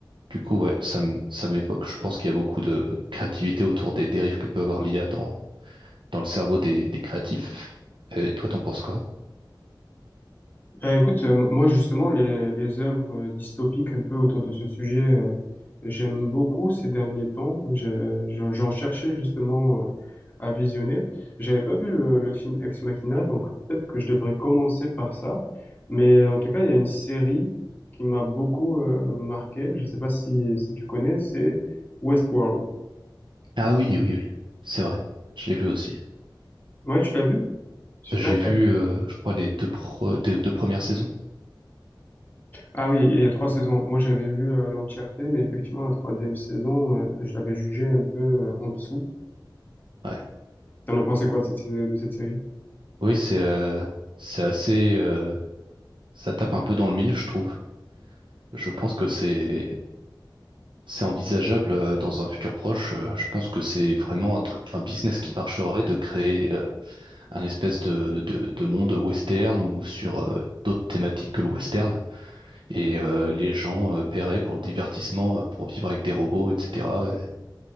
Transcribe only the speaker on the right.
du coup, ouais, ça m- ça m'évoque. Je pense qu'il y a beaucoup de créativité autour des dérives que peut avoir l'IA dans le cerveau des, des créatifs. Et toi, t'en penses quoi?
Ah oui, oui, oui, c'est vrai. Je l'ai vu aussi.
J'ai vu,
euh, je crois, les deux, pro- des deux premières saisons.
Et-
Ouais.
Oui, c'est euh, c'est assez. euh, ça tape un peu dans le mille, je trouve. Je pense que c'est c'est envisageable euh, dans un futur proche. Euh, je pense que c'est vraiment un, tru- un business qui marcherait de créer euh, un espèce de, de, de monde western ou sur euh, d'autres thématiques que le western. Et euh, les gens euh, paieraient pour le divertissement, euh, pour vivre avec des robots, etc.